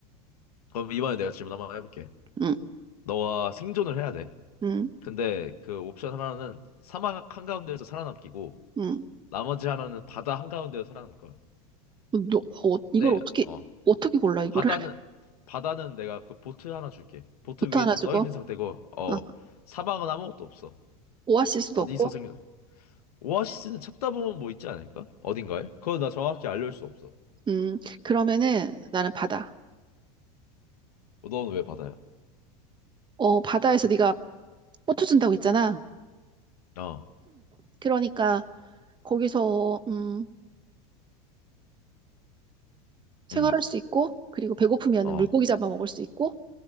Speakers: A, on the left; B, on the right.
A: 그럼 이번에 내가 질문 한번 해볼게.
B: 응,
A: 너와 생존을 해야 돼.
B: 응,
A: 근데 그 옵션 하나는 사막 한가운데에서 살아남기고,
B: 응.
A: 나머지 하나는 바다 한가운데에서 살아남을 거야.
B: 너, 어, 이걸
A: 근데,
B: 어떻게,
A: 어,
B: 어떻게 골라, 이거를?
A: 바다는,
B: <laughs>
A: 바다는 내가 그 보트 하나 줄게. 보트
B: 보트
A: 위에
B: 하나
A: 지금
B: 주고,
A: 떠 있는 상태고, 어,
B: 아,
A: 사막은 아무것도 없어.
B: 오아시스도
A: 어디서
B: 없고,
A: 생겨? 오아시스는 찾다 보면 뭐 있지 않을까? 어딘가에? 그건 나 정확히 알려줄 수 없어.
B: 음, 그러면은 나는 바다.
A: 너는 왜 바다야?
B: 어, 바다에서 네가 보트 준다고 했잖아.
A: 어,
B: 그러니까 거기서, 음, 생활할
A: 응,
B: 수 있고, 그리고 배고프면
A: 어.
B: 물고기 잡아 먹을 수 있고,